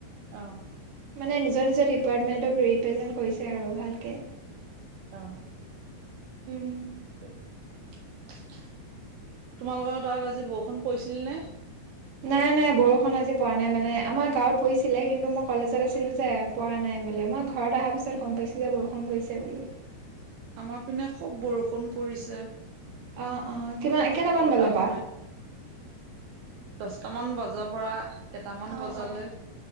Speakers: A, on the right (about 80°); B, on the right (about 60°).
A: অহ
B: মানে নিজৰ-নিজৰ ডিপাৰ্টমেণ্টক, ৰিপ্ৰেজেণ্ট কৰিছে আৰু ভালকে।
A: অ
B: উম
A: তোমালোকৰ তাত আজি বৰষুণ পৰিছিল নে?
B: নাই-নাই বৰষুণ আজি পৰা নাই মানে আমাৰ গাঁৱত পৰিছিলে কিন্তু মই কলেজত আছিলো যে পৰা নাই বোলে মই ঘৰত অহা পিছত
A: উম।
B: গম পাইছো যে বৰষুণ পৰিছে বুলি।
A: আমাৰ পিনে খুব বৰষুণ পৰিছে।
B: আহ-আহ কিমান কেইটামান
A: বতাহো
B: বজাৰ পৰা?
A: দহটামান বজাৰ পৰা এটামান
B: আহ
A: বজালৈ
B: অ